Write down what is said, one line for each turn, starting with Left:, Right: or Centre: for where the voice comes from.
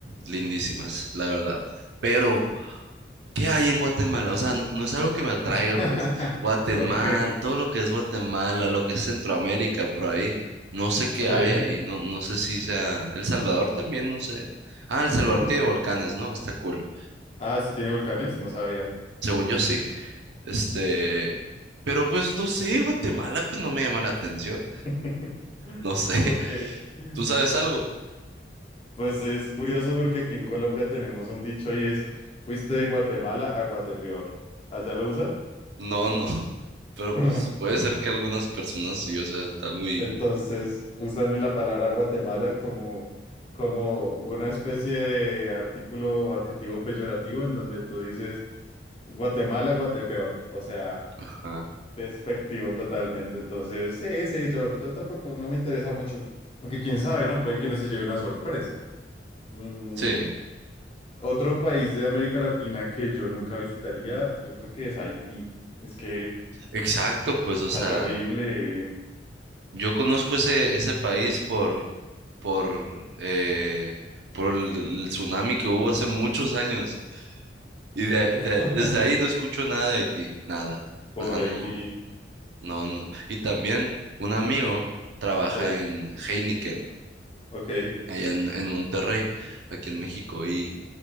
Right: Lindísimas, la verdad. Pero, ¿qué hay en Guatemala? O sea, no, no es algo que me atraiga,
Left: <laughs>
Right: pues. Guatemala,
Left: Ok.
Right: todo lo que es Guatemala, lo que es Centroamérica, por ahí. No sé qué
Left: Sí.
Right: hay ahí, no, no sé si sea... El Salvador también, no sé. Ah, El Salvador
Left: Hmm.
Right: tiene volcanes, ¿no? Está cool.
Left: Ah, sí tiene volcanes, no sabía.
Right: Según yo sí. Este... Pero pues no sé, Guatemala pues no me llama la atención.
Left: <laughs>
Right: No sé. <laughs>
Left: Ok.
Right: ¿Tú sabes
Left: Mm,
Right: algo?
Left: Pues es curioso porque aquí en Colombia tenemos un dicho y es, fuiste de Guatemala a Guatepeor. ¿Allá lo usan?
Right: No, no. <laughs> Pero
Left: <laughs>
Right: pues puede ser que algunas personas sí, o sea, está muy...
Left: Entonces usan la palabra Guatemala como, como una especie de artículo o adjetivo peyorativo en donde tú dices Guatemala, Guatepeor, o sea,
Right: Ajá.
Left: despectivo totalmente. Entonces, sí, sí, yo, yo tampoco no me interesa mucho. Aunque quién sabe, ¿no? Puede que uno se lleve una sorpresa. Mm,
Right: Sí,
Left: otro país de América Latina que yo nunca visitaría, yo creo que es Haití. Es que
Right: exacto, pues, o
Left: está
Right: sea,
Left: terrible.
Right: yo conozco ese, ese país por, por, eh, por el, el tsunami que hubo hace muchos años. Y de,
Left: <laughs>
Right: de- desde ahí no escucho nada de Haití, nada.
Left: Por
Right: O sea, no,
Left: Haití.
Right: no, no. Y también un amigo trabaja
Left: Sí,
Right: en Heineken,
Left: ok.
Right: allá en, en Monterrey, aquí en México, y...